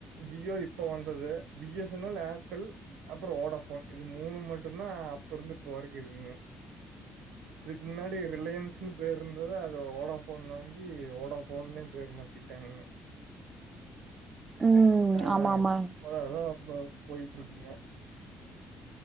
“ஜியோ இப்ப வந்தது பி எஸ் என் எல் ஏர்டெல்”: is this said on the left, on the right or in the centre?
Right